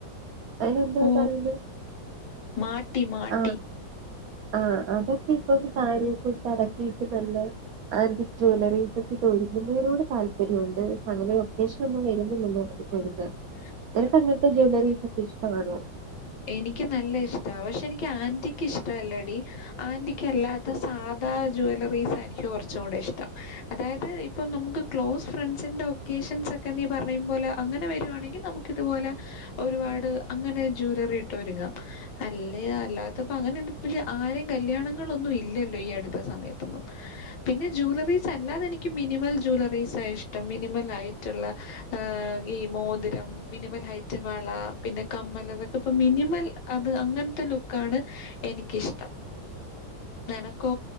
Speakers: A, on the right; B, on the left.
A: അതിനെന്തുവാ
B: ഓ
A: പറയുന്നെ
B: മാട്ടി മാട്ടി
A: ആ ആഹ് അതൊക്കെ ഇപ്പം സാരിയൊക്കെ ഇട്ട് അതൊക്കെയിട്ട് നല്ലെ ആന്റി ജ്വല്ലറീസ് ഒക്കെ ഒരുങ്ങുന്നതിനോട് താല്പര്യോണ്ട് പക്ഷെ അങ്ങനൊരു ഒക്കേഷൻ ഒന്നും വരുന്നില്ലല്ലോ <unintelligible>
B: ഉ
A: നിനക് അങ്ങൻത്തെ ജ്വല്ലറീസ് ഒക്കെ ഇഷ്ടവാണോ?
B: എനിക്ക് നല്ല ഇഷ്ട പക്ഷെ എനിക്ക് ആന്റിക്ക് ഇഷ്ട അല്ലടി ആന്റിക്ക് അല്ലാത്ത സാധാ ജുവല്ലറീസ് എനിക്ക് കൊറച്ചും കൂടെ ഇഷ്ടം അതായത് ഇപ്പം നമുക്ക് ക്ലോസ് ഫ്രണ്ട്സിന്റെറെ ഒക്കേഷൻസൊക്കെ നീ പറയും പോലെ അങ്ങനെ വരുവാണെങ്കി നമു ക്ക് ഇതുപോലെ ഒരുപാട് അങ്ങനെ ജുവൽറി ഇട്ട് ഒരുങ്ങാം അല്ലെ അല്ലാത്തപ്പ അങ്ങനെ ഇണ്ട്പ്പഞ് ആരേം കല്യാണങ്ങളൊന്നും ഇല്ലല്ലോ ഈ അടുത്ത സമയത്തൊന്നും പിന്നെ ജൂല്ലറീസ് അല്ലാതെ എനിക്ക് മിനിമൽ ജൂലറീസ് ആ ഇഷ്ടം മിനിമൽ ആയിട്ട്ള്ള ഹ് ഈ മോതിരം മിനിമൽ ഹൈറ്റ് വള പിന്നെ കമ്മലത് ഇപ്പ മിനിമൽ അത് അങ്ങൻത്തെ ലുക്കാണ് എനിക്ക് ഇഷ്ടം നെനക്കോ?